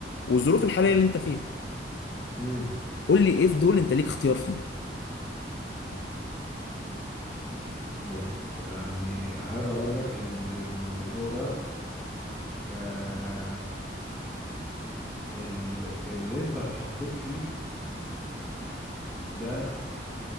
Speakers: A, on the left; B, in the centre.
A: والظروف الحاليه اللي انت فيها
B: امم
A: قول لي ايه في دول انت ليك اختيار فيه
B: بص يعني هرجع اقول لك ان الموضوع ده آه ال- اللي انت اتحطيت فيه ده